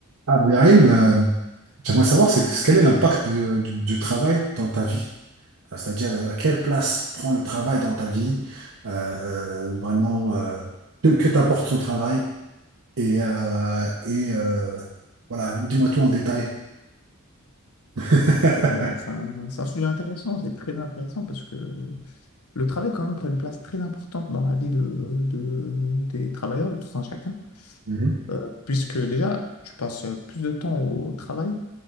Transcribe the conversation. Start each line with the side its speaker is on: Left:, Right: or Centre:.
Right: Abderrahim, euh, j'aimerais savoir c'est, que- quel est l'impact de- du, du travail dans ta vie? Euh, C'est-à-dire, euh, quelle place prend le travail dans ta vie? Euh, euh, vraiment, euh, que, que t'apporte son travail? Et, euh, et euh, voilà, dis-moi tout en détail. <laughs>
Left: Ah ben, c'est un, c'est un sujet intéressant, c'est très intéressant parce que le travail quand même prend une place très importante dans la vie de, de- des travailleurs, de tout un chacun,
Right: Mhm.
Left: Euh, puisque déjà, tu passes plus de temps au travail